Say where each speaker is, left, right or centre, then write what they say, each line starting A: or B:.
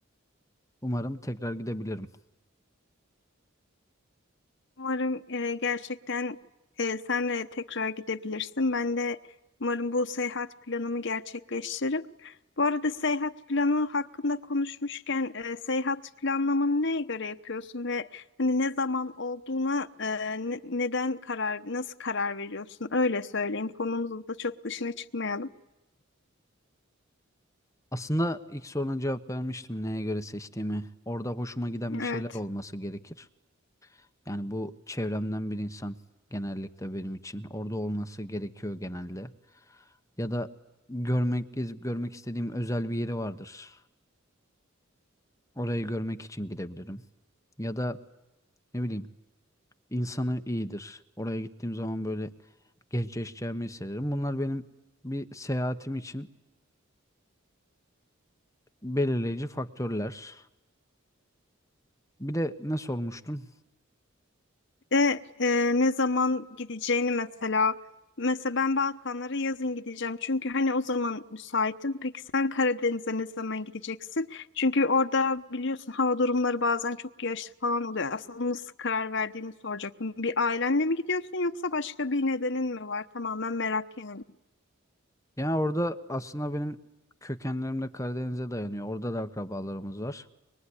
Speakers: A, on the left; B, on the left.
A: Umarım tekrar gidebilirim.
B: Umarım e, gerçekten e, senle tekrar gidebilirsin. Ben de umarım bu seyahat planımı gerçekleştiririm. Bu arada seyahat planı hakkında konuşmuşken e, seyahat planlamanı neye göre yapıyorsun ve hani ne zaman olduğuna e, ne- neden karar nasıl karar veriyorsun? Öyle söyleyeyim. Konumuzda da çok dışına çıkmayalım.
A: Aslında ilk soruna cevap vermiştim neye göre seçtiğimi. Orada hoşuma giden
B: Evet.
A: bir şeyler olması gerekir. Yani bu çevremden bir insan genellikle benim için. Orada olması gerekiyor genelde. Ya da görmek, gezip görmek istediğim özel bir yeri vardır. Orayı görmek için gidebilirim. Ya da ne bileyim insanı iyidir. Oraya gittiğim zaman böyle gençleşeceğimi hissederim. Bunlar benim bir seyahatim için belirleyici faktörler. Bir de ne sormuştun?
B: de e, ne zaman gideceğini mesela. Mesela ben Balkanlara yazın gideceğim. Çünkü hani o zaman müsaitim. Peki sen Karadeniz'e ne zaman gideceksin? Çünkü orada biliyorsun hava durumları bazen çok yağışlı falan oluyor. Aslında nasıl karar verdiğini soracaktım. Bir ailenle mi gidiyorsun yoksa başka bir nedenin mi var? Tamamen merak yani.
A: Yani orada aslında benim kökenlerim de Karadeniz'e dayanıyor. Orada da akrabalarımız var.